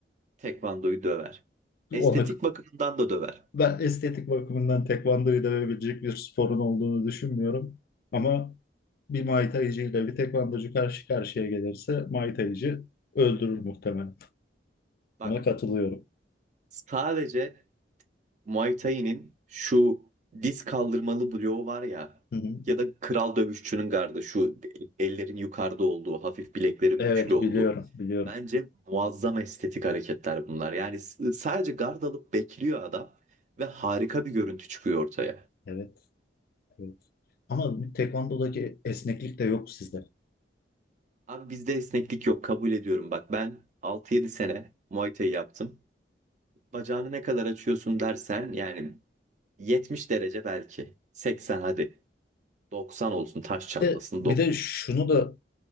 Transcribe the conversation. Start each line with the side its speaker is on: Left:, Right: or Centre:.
Right: Tekvando'yu döver. Estetik
Left: ona
Right: bakımından da döver.
Left: ben estetik bakımından tekvandoyu dövebilecek bir sporun olduğunu düşünmüyorum ama bir Muay Thai'cı ile bir tekvandocu karşı karşıya gelirse Muay Thai'cı öldürür muhtemelen.
Right: Bak
Left: Buna katılıyorum.
Right: sadece Muay Thai'nin şu diz kaldırmalı bloğu var ya
Left: Hı hı.
Right: ya da kral dövüşçünün gardı şu ellerin yukarıda olduğu hafif bileklerin
Left: Evet
Right: bükülü olduğu.
Left: biliyorum biliyorum.
Right: Bence muazzam estetik hareketler bunlar. Yani s- sadece gard alıp bekliyor adam ve harika bir görüntü çıkıyor ortaya.
Left: Evet evet. Ama tekvandodaki esneklik de yok sizde.
Right: Abi bizde esneklik yok kabul ediyorum. Bak ben altı yedi sene Muay Thai yaptım. Bacağını ne kadar açıyorsun dersen yani 70 derece belki. 80 hadi. 90 olsun taş çatlasın.
Left: Bir de, bir
Right: 90.
Left: de şunu da